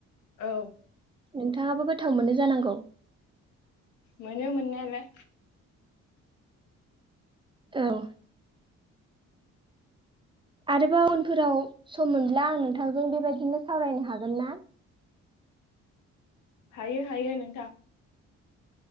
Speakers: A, on the left; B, on the right.
A: औ
B: नोंथाङाबो गोथाव मोनो जानांगौ
A: मानो मोननायालाय
B: औ आरोबा उनफोराव सम मोनब्ला आं नोंथांजों बेबायदिनो सावरायनो हागोन ना
A: हायो हायो नोंथां